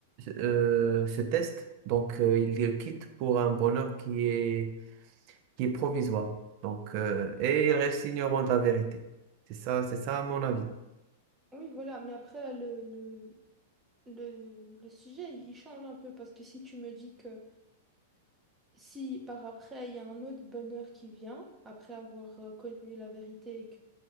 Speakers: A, on the right; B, on the right.
A: euh, ce test, donc euh, ils le quittent pour un bonheur qui est qui est provisoire. Donc euh, et ils restent ignorants de la vérité. C'est ça, c'est ça à mon avis.
B: Oui, voilà, mais après, là, le, le, le, le sujet, il il change un peu parce que si tu me dis que si par après, il y a un autre bonheur qui vient, après avoir euh, connu la vérité